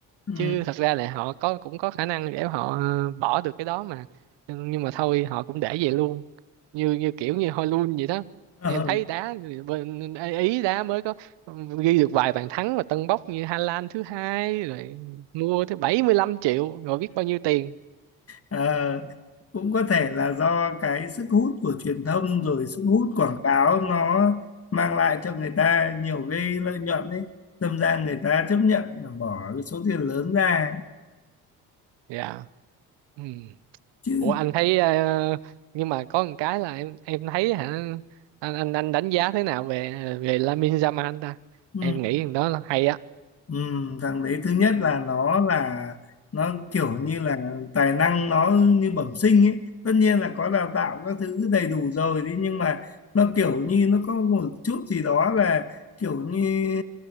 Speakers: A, on the left; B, on the right.
A: ừ.
B: chứ thật ra là họ có cũng có khả năng để họ ờ, bỏ được cái đó mà nhưng, nhưng mà thôi họ cũng để vậy luôn như như kiểu như Hojlund vậy đó
A: Ờ.
B: em thấy đá người bên Ý đá mới có ừ, ghi được vài bàn thắng mà tâng bốc như Hà Lan thứ hai rồi mua tới 75 triệu rồi biết bao nhiêu tiền
A: Ờ. cũng có thể là do cái sức hút của truyền thông rồi sức hút quảng cáo nó mang lại cho người ta nhiều cái lợi nhuận ấy đâm ra người ta chấp nhận là bỏ cái số tiền lớn ra
B: dạ ừ.
A: chứ
B: ủa anh thấy ờ, nhưng mà có một cái là em em thấy hả anh anh anh đánh giá thế nào về về Lamine Yamal ta
A: ừ.
B: em nghĩ thằng đó là hay á
A: Ừ, thằng đấy thứ nhất là nó là nó kiểu như là tài năng nó như bẩm sinh ấy tất nhiên là có đào tạo các thứ đầy đủ rồi đi nhưng mà nó kiểu như nó có một chút gì đó là kiểu như